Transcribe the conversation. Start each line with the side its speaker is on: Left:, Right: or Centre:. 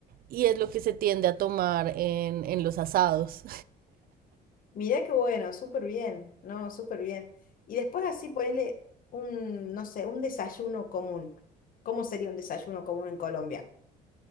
Right: y es lo que se tiende a tomar en, en los asados.
Left: mirá qué bueno, súper bien, no, súper bien. Y después así ponerle un, no sé, un desayuno común. ¿Cómo sería un desayuno común en Colombia?